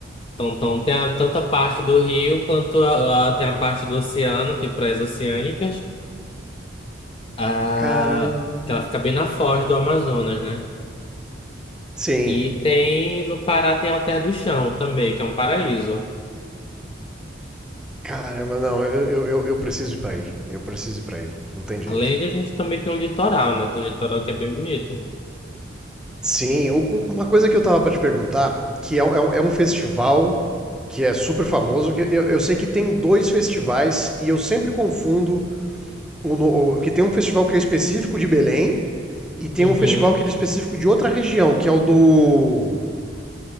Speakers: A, on the left; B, in the centre.
A: Então, então tem a- tanto a parte do rio quanto a, a- tem a parte do oceano, tem praias oceânicas. Ah,
B: Caramba.
A: que ela fica bem na foz do Amazonas, né?
B: Sim.
A: E tem no Pará tem Alter do Chão também, que é um paraíso.
B: Caramba, não, eu, eu, eu eu preciso ir pra aí. Eu preciso ir pra aí. Não tem jeito.
A: Além de a gente também tem um litoral, né? Tem um litoral que é bem bonito.
B: Sim, u- u- uma coisa que eu tava pra te perguntar, que é, um- é um é um festival que é super famoso, que eu, eu sei que tem dois festivais e eu sempre confundo o, no- o- que tem um festival que é específico de Belém e tem
A: Uhum.
B: um festival que ele é específico de outra região, que é o do